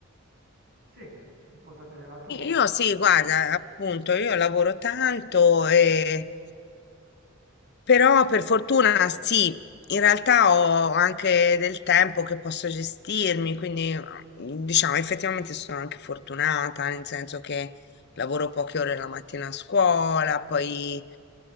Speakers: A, on the right; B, on the left.
A: sì, un po' sapere la tua.
B: io sì, guarda, appunto, io lavoro tanto e Però per fortuna sì, in realtà ho anche del tempo che posso gestirmi, quindi mm, diciamo effettivamente sono anche fortunata, nel senso che lavoro poche ore la mattina a scuola, poi